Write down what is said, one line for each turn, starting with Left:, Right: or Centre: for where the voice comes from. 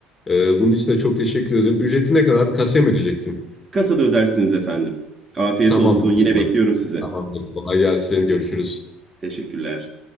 Left: Ee, bunun için de çok teşekkür ederim. Ücreti ne kadardı? Kasaya mı ödeyecektim?
Right: Kasada ödersiniz efendim. Afiyet
Left: Tamamdır
Right: olsun. Yine
Left: o zaman.
Right: bekliyorum size.
Left: Tamamdır. Kolay gelsin. Görüşürüz.
Right: Teşekkürler.